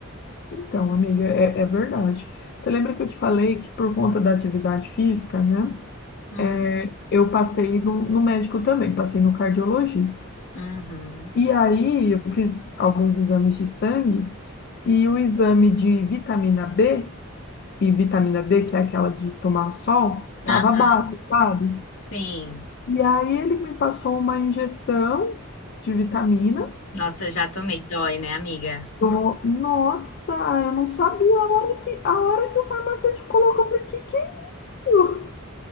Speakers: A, on the left (about 45°); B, on the left (about 85°).
A: Então, amiga, é, é verdade. Você lembra que eu te falei que por conta da atividade física, né?
B: Hum,
A: é, eu passei no, no médico também, passei no cardiologista.
B: Uhum.
A: E aí, eu fiz alguns exames de sangue e o exame de vitamina B e vitamina D, que é aquela de tomar sol, tava
B: Aham.
A: baixo, sabe?
B: Sim.
A: E aí ele me passou uma injeção de vitamina.
B: Nossa, eu já tomei. Dói, né, amiga?
A: Do- Nossa, eu não sabia a hora que, a hora que o farmacêutico colocou. Eu falei, que que é isso?